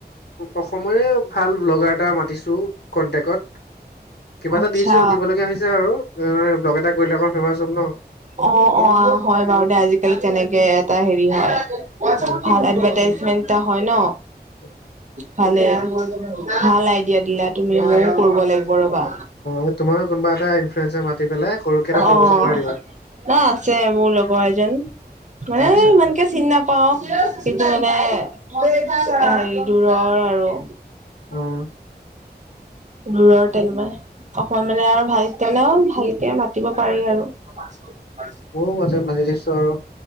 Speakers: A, on the left; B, on the right.
A: অসমৰে ভাল ব্লগাৰ এটা মাতিছো কন্টেকত। কিবা এটা
B: আচ্ছা
A: দিছো, দিব লগগীয়া হৈছে আৰু ব্লগ এটা কৰিলে ফেমাচ হম ন।
B: অঁ অঁ হয় বাৰু দে আজিকালি তেনেকে এটা হেৰি হয়।
A: উম
B: ভাল এডভাৰটাইজমেন্টটা হয় ন।
A: <inaudible>
B: ভালে, ভাল আইডিয়া দিলা তুমি মইয়ো কৰিব লাগিব ৰবা।
A: অ তোমাৰ কোনোবা এটা- ইনফ্লুৱেঞ্চাৰ মাতি পেলাই সৰুকে এটা প্ৰমোচন
B: অঁ,
A: কৰাই দিবা
B: নাই আছে মোৰ লগৰ এজন। মানে
A: আচ্ছা
B: ইমানকে চিনা- পাও সেইটো মানে হেৰি দূৰৰ আৰু।
A: অঁ।
B: দূৰৰ তেনমাই, অকণ মানে আৰু ভাল তেনেও ভালকে মাতিব পাৰি আৰু। প <unintelligible>
A: মোৰ মতে মাতি দিছো আৰু,